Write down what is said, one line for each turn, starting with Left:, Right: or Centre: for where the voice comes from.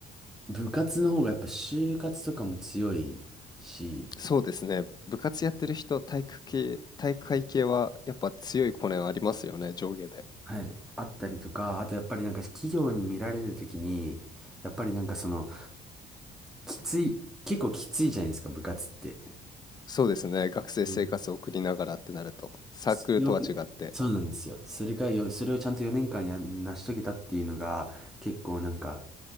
Centre: 部活の方がやっぱ就活とかも強いし、
Left: そうですね。部活やってる人、体育系体育会系はやっぱ強いコネはありますよね、上下で。
Centre: はい。あったりとか、あとやっぱりなんか企業に見られるときに、やっぱりなんかその、きつい、結構きついじゃないですか、部活って。
Left: そうですね、学生生活を送りながらってなると、
Centre: うん
Left: サークルとは違って。
Centre: それを、そうなんですよ。それがよ、それをちゃんと4年間や、成し遂げたっていうのが、結構なんか、